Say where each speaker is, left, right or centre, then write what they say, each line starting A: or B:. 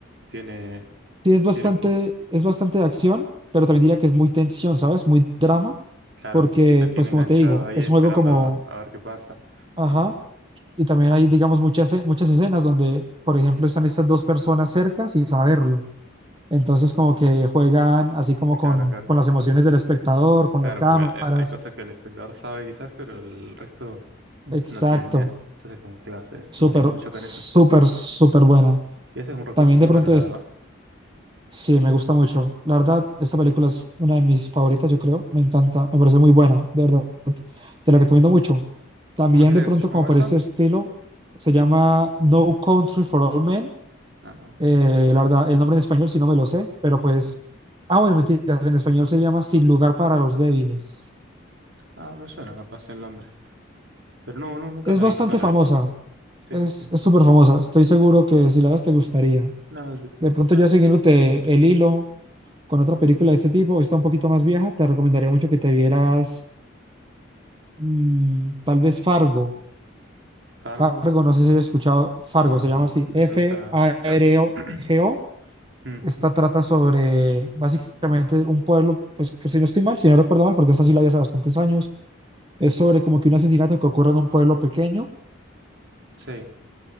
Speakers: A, on the right; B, on the right.
A: tiene,
B: Sí, es bastante,
A: tiene un poco,
B: es bastante de acción, pero también diría que es muy tensión, ¿sabes? Muy drama,
A: claro,
B: porque,
A: te tiene
B: pues como
A: enganchado
B: te digo,
A: ahí
B: es
A: esperando
B: un juego como,
A: a, a ver qué pasa.
B: ajá, y también hay, digamos, muchas, e- muchas escenas donde, por ejemplo, están estas dos personas cerca sin saberlo. Entonces, como que juegan así como
A: Claro,
B: con,
A: claro.
B: con las emociones del espectador, con
A: Claro,
B: las cámaras.
A: porque eh, hay cosas que el espectador sabe quizás, pero el resto
B: Exacto.
A: no tiene ni idea. Entonces como, claro, se, se
B: Súper,
A: manejan mucho con
B: súper,
A: eso.
B: súper buena.
A: Y ese es un recurso
B: También
A: muy
B: de pronto
A: bueno, la
B: es,
A: verdad.
B: sí,
A: ¿Qué es
B: me gusta
A: eso?
B: mucho. La verdad, esta película es una de mis favoritas, yo creo. Me encanta, me parece muy buena, de verdad. Te la recomiendo mucho. También
A: ¿Cómo dijiste
B: de
A: que
B: pronto
A: se llamaba
B: como por
A: esa?
B: este estilo, se llama No Country for All Men.
A: Ah, no.
B: Eh, la verdad, el nombre en español sí no me lo sé, pero pues... Ah, bueno, mentira, en español se llama Sin lugar para los débiles.
A: Ah, me suena capaz el nombre. Pero no, no, nunca
B: Es
A: la vi,
B: bastante
A: nunca la vi.
B: famosa,
A: Sí,
B: es
A: sí, sí.
B: es súper famosa. Estoy seguro que si la ves te gustaría.
A: No, de-
B: De pronto
A: yo,
B: ya siguiéndote el hilo con otra película de este tipo, está un poquito más vieja, te recomendaría mucho que te vieras mm, tal vez Fargo.
A: Fargo.
B: Fargo, no sé si has escuchado, Fargo
A: No,
B: se
A: no,
B: llama así,
A: n-
B: F-A-R-O-G-O.
A: nunca he escuchado. <clears throat> Mm,
B: Esta trata sobre básicamente un pueblo, pues que si no estoy mal, si no recuerdo mal, porque esta sí la vi hace bastantes años, es sobre como que un asesinato que ocurre en un pueblo pequeño.
A: Sí.